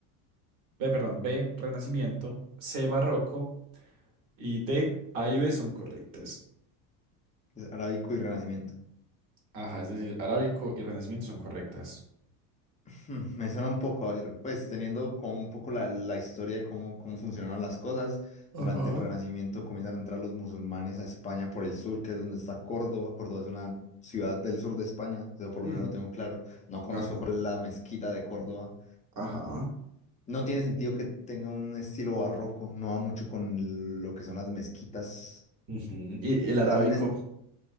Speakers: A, on the right (about 50°); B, on the left (about 15°).
A: B, perdón, B, Renacimiento, C, Barroco y D, A y B son correctas.
B: Es arábico y renacimiento.
A: Ajá, es decir, Arábico y Renacimiento son correctas.
B: Hmm, Me suena un poco, a ver, pues teniendo como un poco la, la historia de cómo, cómo funcionaron las cosas,
A: Ajá.
B: durante el Renacimiento comienzan a entrar los musulmanes a España por el sur, que es donde está Córdoba. Córdoba es una ciudad del sur de España, eso por
A: Ujú.
B: lo menos lo tengo claro. No conozco
A: Ajá.
B: cuál es la mezquita de Córdoba.
A: Ajá.
B: No tiene sentido que tenga un estilo barroco, no va mucho con lo que son las mezquitas,
A: Ujú. Y el
B: pero
A: arábico,
B: también es-